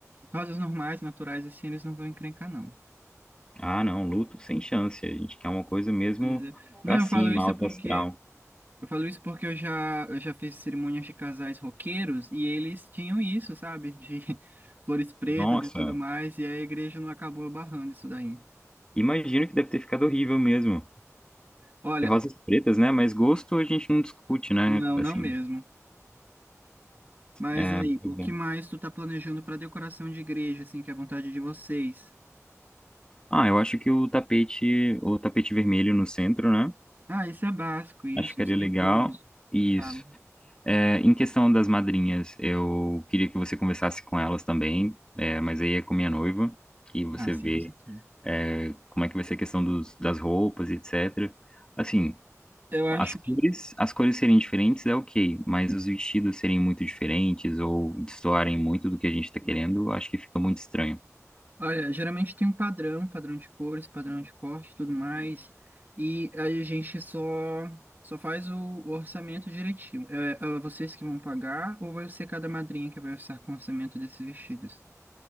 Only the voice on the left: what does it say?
Ah, não, luto sem chance. A gente quer uma coisa mesmo
pra
cima,
alto
astral.
Nossa,
imagino que deve ter ficado horrível mesmo.
E Rosas pretas, né? Mas gosto a gente não discute, né?
Assim,
é,
pois
é.
Ah, eu acho que o tapete, o tapete vermelho no centro, né?
Acho que seria
legal.
Isso.
É, em questão das madrinhas, eu queria que você conversasse com elas também, é, mas aí é com minha noiva, e você
vê,
é, como é que vai ser a questão dos, das roupas, etc. Assim,
as cores,
as cores serem diferentes é ok, mas os vestidos serem muito diferentes ou destoarem muito do que a gente está querendo, eu acho que fica muito estranho.